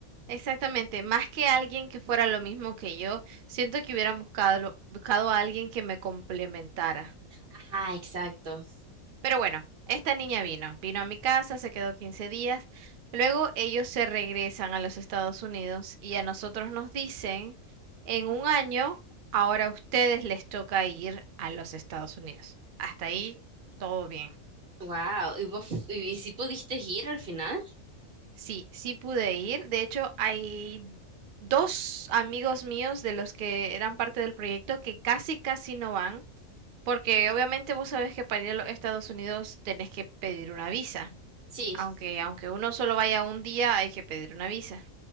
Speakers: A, on the right; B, on the right.
A: Exactamente, más que alguien que fuera lo mismo que yo, siento que hubieran buscado, buscado a alguien que me complementara.
B: Ajá, exacto.
A: Pero bueno, esta niña vino, vino a mi casa, se quedó 15 días, luego ellos se regresan a los Estados Unidos y a nosotros nos dicen, en un año, ahora a ustedes les toca ir a los Estados Unidos. Hasta ahí, todo bien.
B: Wow, ¿y vos, y si pudiste ir al final?
A: Sí, sí pude ir. De hecho, hay dos amigos míos de los que eran parte del proyecto que casi, casi no van, porque obviamente vos sabés que para ir a los Estados Unidos tenés que pedir una visa.
B: Sí,
A: Aunque, aunque uno solo vaya un día, hay que pedir una visa.